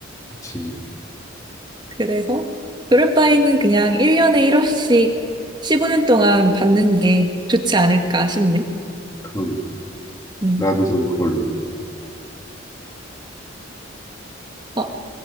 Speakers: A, on the left; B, on the right.
A: 그치.
B: 그래서, 그럴 바에는 그냥 1년에 1억씩 15년 동안 받는 게 좋지 않을까 싶네.
A: 그럼
B: 음.
A: 나도 좀 그걸로.
B: 어,